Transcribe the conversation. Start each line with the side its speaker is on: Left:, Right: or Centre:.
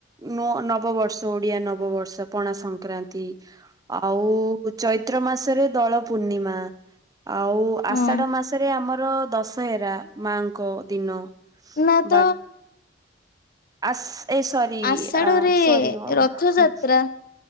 Right: ନୁଅ ନବବର୍ଷ। ବର୍ଷ ଓଡିଆ ନବବର୍ଷ ପଣା ସଂକ୍ରାନ୍ତି ଆଉ ଚୈତ୍ର ମାସରେ। ଦୋଳ ପୂର୍ଣ୍ଣିମା ଆଉ
Left: ହଁ
Right: ଆଷାଢ ମାସରେ ଆମର ଦଶହେରା। ମାଙ୍କ ଦିନ
Left: ନା ତ
Right: ବା ଆସ ଏ ସରି
Left: ଆଷାଢରେ
Right: ଆ ସରି ଅ
Left: ରଥଯାତ୍ରା
Right: ହଁ।